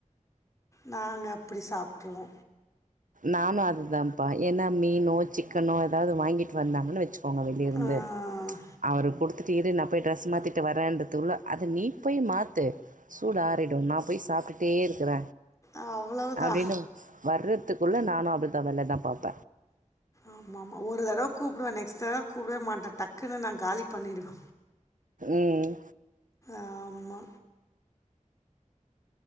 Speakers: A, on the left; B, on the right.
A: நாங்க அப்டி சாப்ட்ருவோ
B: நானு அதுதாம்ப்பா ஏனா மீனோ சிக்கனோ எதாது வாங்கிட்டு வந்தாங்கன் வெச்சு கோங்க வெளிய இருந்து
A: ஆ
B: அவரு குடுத்துட்டு இரு நா போய் ட்ரெஸ் மாத்திட் டு வரன்றதுகுள்ள அத நீ போய் மாத்து சூடு ஆறிடு நா போய் சாப்டுட்டே இருக்குற
A: அ அவ்ளவுதா
B: அப்டின்னு வர்ற த்துகுள்ள நானு அப்புட்தா வேல தா பாப்ப
A: ஆமாம்மா ஒரு தடவ கூப்டுவ நெக்ஸ்ட் தடவ கூப்டவே மாட்ட டக்குனு நா காலி பண்ணிடுவ
B: ம்
A: ஆமா